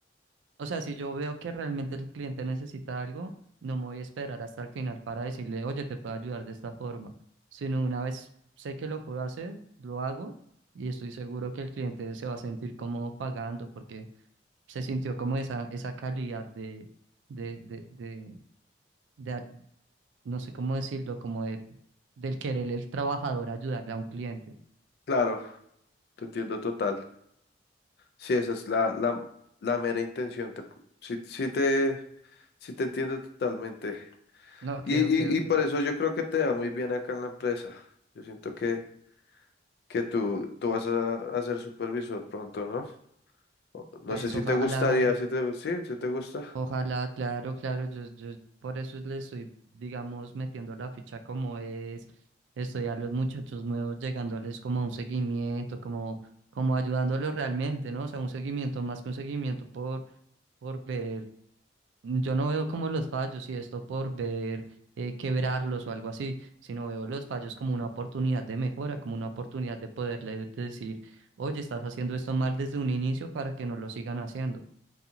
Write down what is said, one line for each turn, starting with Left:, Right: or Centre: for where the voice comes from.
Right: o sea, si yo veo que realmente el cliente necesita algo, no me voy a esperar hasta el final para decirle, oye, te puedo ayudar de esta forma, sino una vez sé que lo puedo hacer, lo hago y estoy seguro que el cliente se va a sentir cómodo pagando porque se sintió como esa, esa calidad de, de, de, de, de, no sé cómo decirlo, como de, del querer el trabajador ayudarle a un cliente.
Left: Claro, te entiendo total. Sí, esa es la, la, la mera intención. Te, sí, sí te, sí te entiendo totalmente.
Right: No, que,
Left: Y,
Right: ok,
Left: y,
Right: ok.
Left: y por eso yo creo que te da muy bien acá en la empresa. Yo siento que que tú, tú vas a, a ser supervisor pronto, ¿no? O- No
Right: Pues
Left: sé si
Right: ojalá,
Left: te gustaría, si te, sí, si te gusta.
Right: ojalá, claro, claro, yo, yo por eso le estoy, digamos, metiendo la ficha como es, estoy a los muchachos nuevos, llegándoles como a un seguimiento, como, como ayudándolos realmente, ¿no? O sea, un seguimiento más que un seguimiento por, por ver. Yo no veo como los fallos y esto por ver eh, quebrarlos o algo así, sino veo los fallos como una oportunidad de mejora, como una oportunidad de poderle decir, oye, estás haciendo esto mal desde un inicio para que no lo sigan haciendo.